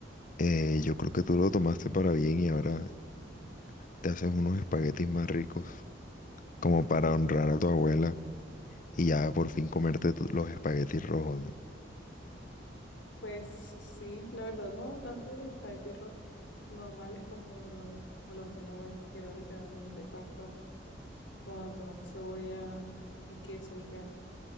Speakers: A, on the left (about 45°); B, on the left (about 70°).
A: eh, yo creo que tú lo tomaste para bien y ahora te haces unos espaguetis más ricos, como para honrar a tu abuela y ya por fin comerte tu- los espaguetis rojos, ¿no?
B: pues sí, la verdad no hago tanto los espaguetis rojos normales como me los hacía mi abuela, que era literalmente pastas con tomate, cebolla y queso y ya.